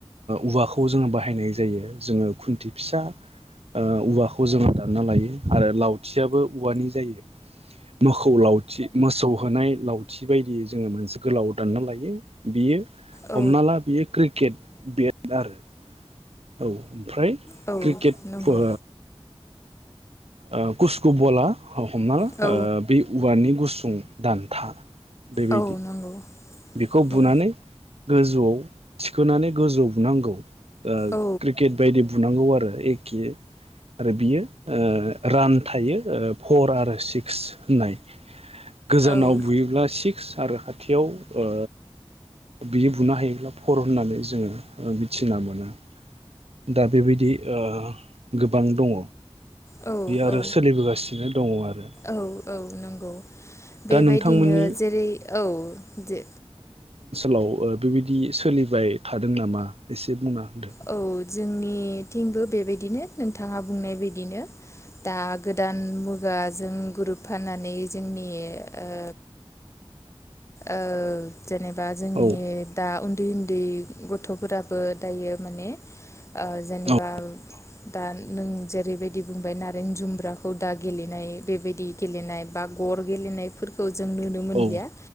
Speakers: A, on the right; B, on the left.
A: औवाखौ जोङो बाहायनाय जायो जोङो खुन्थि फिसा ओ औवाखौ जोङो दानना लायो आरो लावथियाबो औवानि जायो मोखौ लावथि मोसौ होनाय लावथि बायदियै जोङो मोनसे गोलाव दानना लायो बियो
B: औ
A: हमना ला बियो क्रिकेट बेद आरो औ ओमफ्राय
B: औ
A: क्रिकेट
B: नंगौ
A: ओ ओ कुस्क' बला हमना ओ
B: औ
A: बे औवानि गुसु सुं दानथा बेबायदि
B: औ नंगौ
A: बेखौ
B: औ
A: बुनानै गोजौआव थिखोनानै गोजौ बुनांगौ ओ
B: औ
A: क्रिकेट बायदि बुनांगौ आरो एके आरो बियो ओ रान थायो ओ फर आरो सिक्स होननाय। गोजानाव
B: औ
A: बुयोब्ला सिक्स आरो खाथियाव ओ बियो बुनो हायोब्ला फर होननानैज जोङो ओ मिथिना मोनो। दा बेबायदि ओ गोबां दङ।
B: औ
A: बे आरो
B: औ
A: सोलिबोगासिनो दङ आरो
B: औ औ नंगौ बेबायदिनो
A: दा नोंथांमोननि
B: जेरै औ जे
A: लाव ओ बेबायदि सोलिबाय थादों नामा एसे बुंना <inaudible>
B: औ जोंनिथिंबो बेबायदिनो नोंथाङा बुंनाय बायदिनो दा गोदान मुगाजों गुरोब फाननानै जोंनि ओ ओ जेनेबा जोंनि
A: औ
B: दा उन उन्दै उन्दै गथ'फोराबो दायो माने ओ जेनेबा
A: औ
B: दा नों जेरैबायदि बुंबाय नारें जुमब्राखौ दा गेलेनाय बेबायदि गेलेनाय बा गर गेलेनायफोरखौ जों नुनो मोनलिया।
A: औ